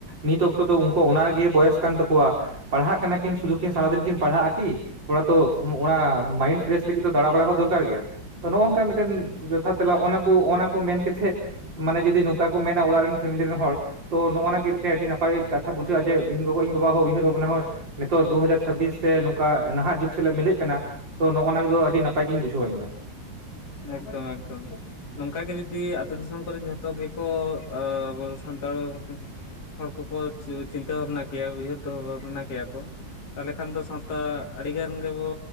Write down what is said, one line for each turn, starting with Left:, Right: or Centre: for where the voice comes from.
Right: ᱱᱤᱛ ᱚᱠ ᱛᱚ ᱫᱚ ᱩᱱᱠᱩ ᱚᱱᱟᱜᱮ ᱵᱚᱭᱮᱥ ᱠᱟᱱ ᱛᱟᱠᱚᱣᱟ ᱾ ᱯᱟᱲᱦᱟᱜ ᱠᱟᱱᱟ ᱠᱤᱱ ᱥᱩᱫᱷᱩ ᱠᱤᱱ ᱥᱟᱨᱟᱫᱤᱱ ᱠᱤᱱ ᱯᱟᱲᱦᱟᱜ-ᱟ ᱠᱤ ᱾ ᱛᱷᱚᱲᱟ ᱛᱚ <unintelligible> ᱢᱟᱭᱤᱱᱰ ᱯᱷᱨᱮᱥ ᱞᱟᱹᱜᱤᱫ ᱛᱚ ᱫᱟᱬᱟ ᱵᱟᱲᱟ ᱦᱚᱸ ᱫᱚᱨᱠᱟᱠ ᱜᱮᱭᱟ, ᱛᱚ ᱱᱚᱜ ᱱᱚᱝᱠᱟ ᱢᱤᱫᱴᱮᱱ ᱡᱚᱛᱷᱟᱛ ᱛᱮᱞᱟ ᱚᱱᱟ ᱠᱚ ᱚᱱᱟ ᱠᱚ ᱢᱮᱱ ᱠᱟᱛᱷᱮ ᱢᱟᱱᱮ ᱡᱩᱫᱤ ᱱᱚᱝᱠᱟ ᱠᱚ ᱢᱮᱱᱟ ᱚᱲᱟᱜ ᱨᱮᱱ ᱯᱷᱮᱢᱞᱤ ᱨᱮᱱ ᱦᱚᱲ ᱛᱚ ᱱᱚᱜ-ᱚ ᱱᱚᱣᱟ ᱜᱮ ᱢᱤᱫᱴᱮᱱ ᱟᱹᱰᱤ ᱱᱟᱯᱟᱭ ᱠᱟᱛᱷᱟ ᱵᱩᱡᱷᱟᱹᱜ-ᱟ ᱡᱮ ᱤᱧ ᱜᱚᱜᱚ ᱤᱧ ᱵᱟᱵᱟ ᱦᱚᱸ ᱩᱭᱦᱟᱹᱨ ᱵᱷᱟᱵᱽᱱᱟ ᱦᱚᱸ ᱱᱤᱛᱚᱜ ᱫᱩ ᱦᱟᱡᱟᱨ ᱪᱷᱟᱵᱽᱵᱤᱥ ᱥᱮ ᱱᱚᱝᱠᱟ ᱱᱟᱦᱟᱜ ᱡᱩᱜᱽ ᱥᱟᱞᱟᱜ ᱢᱤᱞᱟᱹᱜ ᱠᱟᱱᱟ ᱾ ᱛᱚ ᱱᱚᱜᱚ-ᱱᱟ ᱜᱮᱫᱚ ᱟᱹᱰᱤ ᱱᱟᱯᱟᱭ ᱜᱤᱧ ᱵᱩᱡᱷᱟᱹᱣᱟ ᱤᱧ ᱫᱚ ᱾
Left: ᱮᱠᱫᱚᱢ ᱮᱠᱫᱚᱢ ᱾ ᱱᱚᱝᱠᱟ ᱜᱤ ᱡᱩᱫᱤ ᱟᱹᱛᱩ ᱫᱤᱥᱚᱢ ᱠᱚᱨᱮᱱ ᱡᱚᱛᱚ ᱜᱮᱠᱚ ᱟᱵᱚ ᱥᱟᱱᱛᱟᱲ ᱦᱳᱯᱳᱱ ᱦᱚᱲ ᱠᱚᱠᱚ ᱪᱤᱱᱛᱟᱹ ᱵᱷᱟᱵᱽᱱᱟ ᱠᱮᱭᱟ ᱩᱭᱦᱟᱹᱨ ᱫᱚ ᱵᱷᱟᱵᱽᱱᱟ ᱠᱮᱭᱟ ᱠᱚ ᱛᱟᱦᱚᱞᱮ ᱠᱷᱟᱱ ᱫᱚ ᱥᱟᱶᱛᱟ ᱟᱹᱰᱤ ᱜᱟᱱ ᱜᱮᱵᱚ